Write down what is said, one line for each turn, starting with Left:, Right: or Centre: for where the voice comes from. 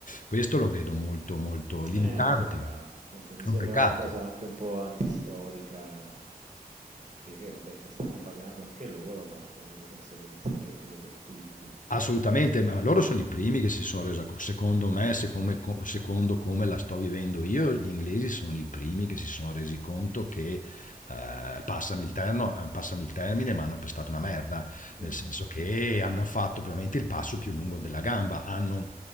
Left: Questo lo vedo molto, molto limitante.
Right: Eh, è un peccato. Comunque mi
Left: È
Right: sembra
Left: un peccato.
Right: una cosa anche un po' antistorica, eh, che che vabbè, che stanno pagando anche loro, ma che ha delle conseguenze negative per tutti.
Left: Assolutamente, ma loro sono i primi che si sono resi conto. Secondo me, secondo, me- secondo come la sto vivendo io, gli inglesi sono i primi che si sono resi conto che, eh, passami il terno- eh, passami il termine, ma hanno pestato una merda, nel
Right: Mh-mh,
Left: senso che hanno fatto veramente il passo più lungo della gamba, hanno